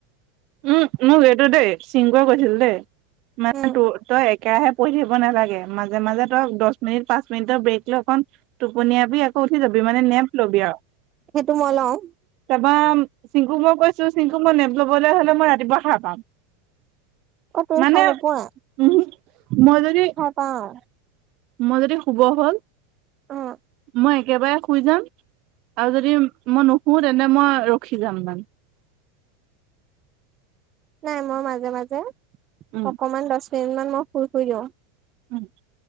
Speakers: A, on the right; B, on the right.
A: উম! মোক এইটো দেই চিনকুৱে কৈছিল দেই। মানে
B: উম
A: তোৰ, তই একেৰাহে পঢ়ি থাকিব নালাগে। মাজে মাজে তই দহ মিনিট, পাঁচ মিনিটৰ, ব্ৰেক লৈ অকন টোপনিয়াবি আকৌ উঠি যবি মানে, নেপ লবি আও।
B: সেইটো মই লওঁ
A: তাৰপৰা চিংকুক মই কৈছো- চিংকু মই নেপ লবলে হলে মই ৰাতিপুৱা সাৰ পাম।
B: অ তুমি
A: মানে
B: সাৰ নোপোৱা
A: উমহু, মই যদি
B: পাওঁ।
A: মই যদি শুব হল,
B: অ
A: মই একেবাৰে শুই যাম আৰু যদি মই নুশুৱো, তেন্তে মই ৰখি যাম মানে।
B: নাই, মই মাজে মাজে
A: উম
B: অকমান দহ মিনিট মান মই শুই শুই দিওঁ।
A: উম!